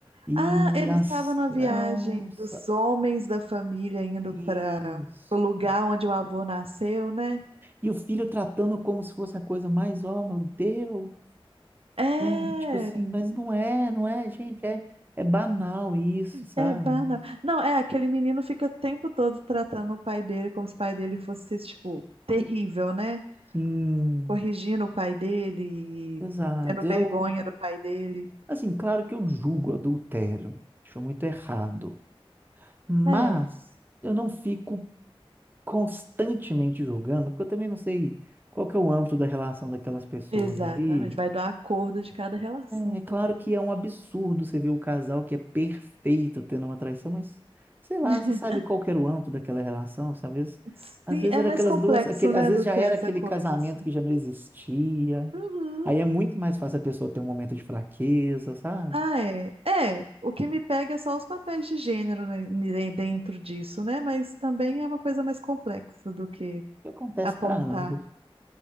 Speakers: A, on the right (about 20°); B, on the right (about 75°).
A: e
B: Ah, ele
A: as,
B: estava numa
A: nossa,
B: viagem dos homens da família indo
A: isso.
B: para o lugar onde o avô nasceu, né?
A: E o filho tratando como se fosse a coisa mais, ó, meu Deus,
B: É,
A: né? Tipo assim, mas não é, não é, gente, é, é banal isso, sabe?
B: é banal. Não, é, aquele menino fica o tempo todo tratando o pai dele como se o pai dele fosse, tipo, terrível, né?
A: Sim,
B: Corrigindo o pai dele e
A: exato.
B: tendo
A: Eu,
B: vergonha do pai dele.
A: assim, claro que eu julgo adultério, acho muito errado. Mas
B: É,
A: eu não fico constantemente julgando, porque eu também não sei qual que é o âmbito da relação daquelas pessoas
B: exatamente.
A: ali.
B: Vai do acordo de cada relação
A: É, é claro
B: também.
A: que é um absurdo você ver o casal que é perfeito tendo uma traição, mas sei lá,
B: <laughs>
A: você sabe qual que era o âmbito daquela relação, assim, às vezes,
B: Sim,
A: às vezes
B: é
A: era
B: mais
A: aquelas
B: complexo,
A: duas, aquele,
B: né,
A: às vezes
B: do
A: já
B: que
A: era
B: essa
A: aquele
B: coisa,
A: casamento
B: assim.
A: que já não existia.
B: Uhum.
A: Aí é muito mais fácil a pessoa ter um momento de fraqueza, sabe?
B: Ah, é. É, o que me pega é só os papéis de gênero, né, ne- dentro disso, né? Mas também é uma coisa mais complexa do que
A: Acontece
B: apontar.
A: para ambos.